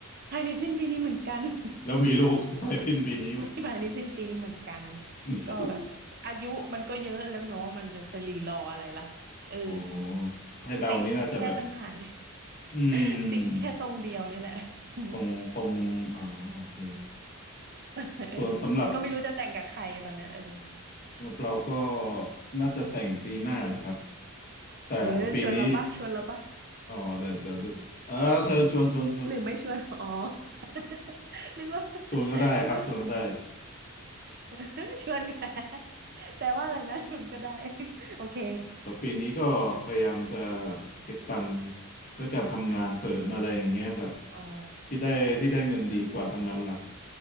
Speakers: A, on the right (about 45°); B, on the left (about 35°).
A: ภายในสิ้นปีนี้เหมือนกัน <laughs>
B: แล้วมีลูก <laughs> ไปสิ้นปีนี้ <laughs> ม
A: มีภายในสิ้นปีนี้เหมือนกัน
B: นี่ก
A: ก็แบบอายุมันก็เยอะแล้วเนาะมันจะไปรีรออะไรล่ะเออ
B: อ๋อให้เดานี่น่าจะแบบ
A: ติดแค่ปัญหาเดียว
B: อืม
A: <laughs> ติดแค่ตรงเดียวนี่แหละ <laughs>
B: ตรงตรงอ๋อโอเค
A: เออ
B: ส่วนสำหรับ
A: ก็ไม่รู้จะแต่งกับใครตอนเนี้ยเออ
B: เราก็น่าจะแต่งปีหน้านะครับ
A: เออ
B: แต่ปีนี้
A: เออชวนเราปะชวนเราปะ
B: อ๋อเดี๋ยวเดี๋ยวเดี๋ยวเออเชิญชวนชวนชวน
A: หรือไม่ชวนอ๋อ <laughs> นึกว่า
B: ชวนก็ได้ครับชวนก็ได้
A: นึกว่า <laughs> ชวนแกแต่ว่าอะไรนะชวนก็ได้ <laughs> โอเค
B: แต่ปีนี้ก็พยายามจะเก็บตังค์ด้วยการทำงานเสริมอะไรอย่างเงี้ยแบบ
A: <laughs> อ่าอ๋อ
B: ที่ได้ที่ได้เงินดีกว่าทำงานหลัก
A: เออ